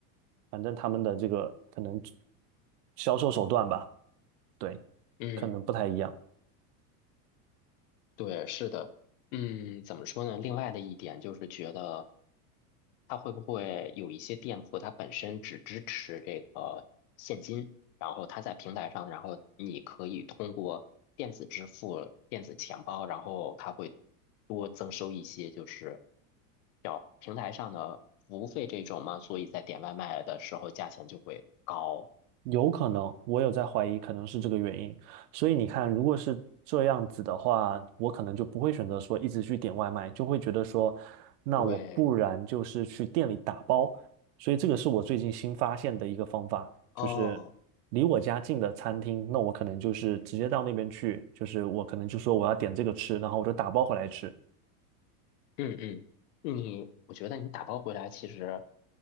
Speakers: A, on the right; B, on the left.
A: 反正他们的这个可能销售手段吧，对，
B: 嗯。
A: 可能不太一样。
B: 对，是的，嗯，怎么说呢？另外的一点就是觉得，它会不会有一些店铺它本身只支持这个现金，然后它在平台上，然后你可以通过电子支付、电子钱包，然后它会多增收一些，就是叫平台上的服务费这种嘛，所以在点外卖的时候价钱就会高。
A: 有可能，我有在怀疑，可能是这个原因。所以你看，如果是这样子的话，我可能就不会选择说一直去点外卖，就会觉得说，那我不然就是去店里打包。
B: 对，
A: 所以这个是我最近新发现的一个方法，
B: 哦。
A: 就是离我家近的餐厅，那我可能就是直接到那边去，就是我可能就说我要点这个吃，然后我就打包回来吃。
B: 嗯嗯，你我觉得你打包回来其实